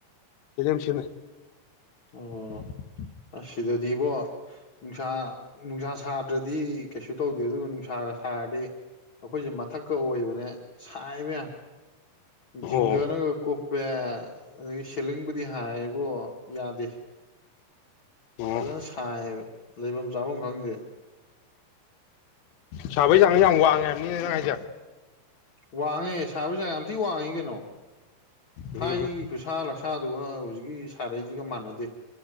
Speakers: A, on the left; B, on the left.
A: ꯐꯤ ꯁꯦꯝꯃꯦ
B: ꯑꯣ
A: <unintelligible>
B: ꯑꯁ ꯁꯤꯗꯗꯤ ꯢꯕꯣ ꯅꯨꯡꯁꯥ ꯅꯨꯡꯁꯥ ꯁꯥꯗ꯭ꯔꯗꯤ ꯀꯩꯁꯨ ꯇꯧꯗꯦ ꯑꯗꯨꯒ ꯅꯨꯡꯁꯥꯒ ꯁꯥꯔꯗꯤ ꯑꯩꯈꯣꯏꯁꯦ ꯃꯊꯛꯀ ꯑꯣꯏꯕꯅꯦ ꯁꯥꯏꯕ ꯌꯥꯝ
A: ꯑꯣ
B: ꯖꯤꯡꯒꯅꯒ ꯀꯨꯞꯄꯦ ꯑꯗꯒꯤ ꯁꯦꯂꯤꯡꯕꯨꯗꯤ ꯍꯥꯏꯕꯣ ꯌꯥꯗꯦ
A: ꯑꯣ
B: ꯐꯖꯅ ꯁꯥꯏꯌꯦꯕ ꯂꯩꯐꯝ ꯆꯥꯐꯝ ꯈꯪꯗꯦ
A: ꯁꯥꯕꯒꯤ ꯆꯪꯁꯦ ꯌꯥꯝ ꯋꯥꯟꯉꯦ ꯍꯥꯏꯕꯥꯅꯤꯅꯦ ꯅꯪ ꯍꯥꯏꯁꯤ
B: ꯋꯥꯡꯉꯦ ꯁꯥꯕꯒꯤ ꯆꯥꯛ ꯌꯥꯝ ꯊꯤ ꯋꯥꯡꯉꯤ ꯀꯩꯅꯣ
A: ꯎꯝ
B: ꯊꯥꯏꯅꯒꯤ ꯈꯨꯠꯁꯥ ꯂꯛꯁꯥꯗꯨꯒ ꯍꯧꯖꯤꯛꯀꯤ ꯁꯥꯔꯛꯏꯁꯤꯒ ꯃꯥꯟꯅꯗꯦ